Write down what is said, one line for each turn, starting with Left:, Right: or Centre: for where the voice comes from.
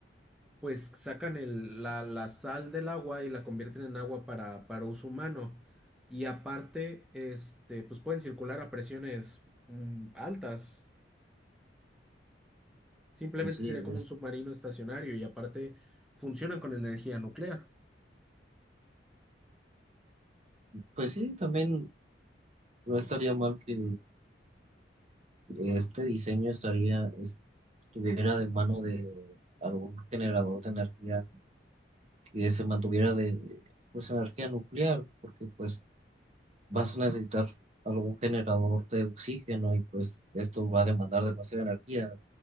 Centre: pues sacan el- la, la sal del agua y la convierten en agua para, para uso humano. Y aparte, este, pues pueden circular a presiones mm, altas. Simplemente
Right: Pues sí,
Centre: sería como
Right: es,
Centre: un submarino estacionario y aparte funcionan con energía nuclear.
Right: pues sí, también no estaría mal que Este diseño estaría, estuviera de mano de algún generador de energía que se mantuviera de pues energía nuclear, porque pues vas a necesitar algún generador de oxígeno y pues esto va a demandar demasiada energía,